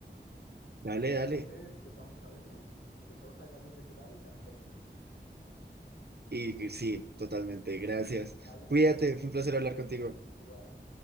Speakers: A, on the right; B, on the left.
A: Dale,
B: Entonces,
A: dale.
B: pues vamos a verlo y que todo salga bien de tu lado y también del mío.
A: Y sí, totalmente, gracias.
B: Dale,
A: Cuídate,
B: nos vemos,
A: fue un placer
B: hasta
A: hablar
B: luego,
A: contigo.
B: igual.